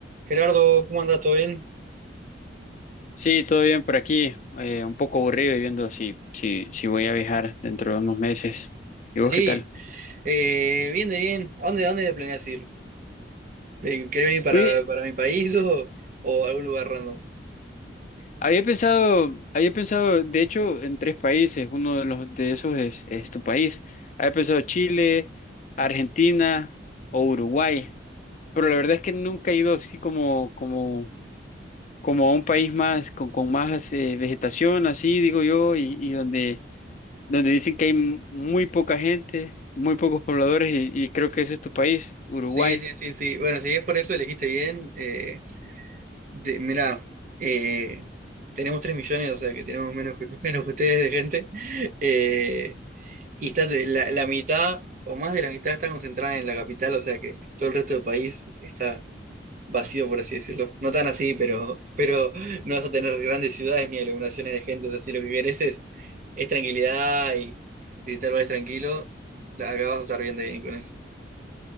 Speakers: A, on the right; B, on the left.
A: Gerardo, ¿cómo andás? ¿Todo bien?
B: Sí, todo bien por aquí. eh, un poco aburrido y viendo si, si, si voy a viajar dentro de unos meses. ¿Y
A: Sí,
B: vos qué tal?
A: eh, bien de bien. ¿A dónde, a dónde planeas ir? Eh, ¿Querés venir para,
B: Oye,
A: para mi país <laughs> o, o algún lugar random?
B: había pensado, había pensado, de hecho, en tres países. Uno de los de esos es, es tu país. Había pensado Chile, Argentina o Uruguay. Pero la verdad es que nunca he ido así como, como, como a un país más, con, con más eh, vegetación, así digo yo, y, y donde donde dicen que hay m- muy poca gente, muy pocos pobladores y, y creo que ese es tu país, Uruguay.
A: Sí, sí, sí, sí. Bueno, si es por eso elegiste bien, eh, de- mirá, eh, tenemos 3 millones, o sea que tenemos menos que, <laughs> menos que ustedes de gente. Eh, y está de- la, la mitad o más de la mitad está concentrada en la capital, o sea que todo el resto del país está vacío, por así decirlo. No tan así, pero, pero no vas a tener grandes ciudades ni aglomeraciones de gente. O sea, si lo que querés es, es tranquilidad y visitar lugares tranquilo, acá vas a estar bien de bien con eso.